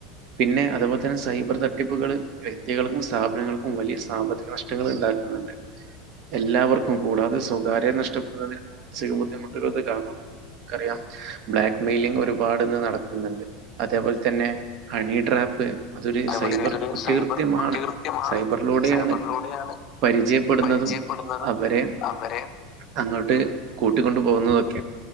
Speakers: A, on the right; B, on the left.
A: പിന്നെ അതുപോലെ തന്നെ സൈബർ തട്ടിപ്പുകൾ വ്യക്തികൾക്കും സ്ഥാപനങ്ങൾക്കും വലിയ. സാമ്പത്തിക നഷ്ടങ്ങള് ഉണ്ടാക്കുന്നുണ്ട് എല്ലാവർക്കും കൂടാതെ സ്വകാര്യ നഷ്ടപ്പെടുന്നതിന്. ചെറിയബുദ്ധിമുട്ടുളത് കാരണം അറിയാം. ബ്ലാക്ക് മെയിലിങ് ഒരുപാട്ന്ന് നടക്കുന്നുണ്ട് അതേപോലെ തന്നെ ഹണി ട്രാപ്പ്. അതൊരു
B: അതേപോലെ
A: സൈബർ
B: തന്നെ ഇതൊരു
A: കുറ്റകൃത്യമാണ്
B: സൈബർ കുറ്റകൃത്യമാണ്
A: സൈബറിലൂടെയാണ്.
B: സൈബറിലൂടെയാണ്
A: പരിചയപ്പെടുന്നതും
B: പരിചയപ്പെടുന്നതും
A: അവരെ
B: അവരെ
A: അങ്ങോട്ട് കൂട്ടിക്കൊണ്ടു പോകുന്നതൊക്കെ.
B: കൂട്ടിക്കൊണ്ട്